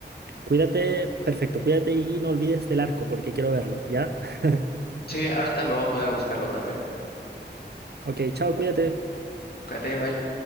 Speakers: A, on the right (about 60°); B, on the left (about 60°).
A: Cuídate, perfecto, cuídate y no olvides del arco porque quiero verlo, ¿ya? <laughs>
B: Sí, ahorita me voy a poner a buscarlo también.
A: Ok, chao, cuídate.
B: Cuídate, bye.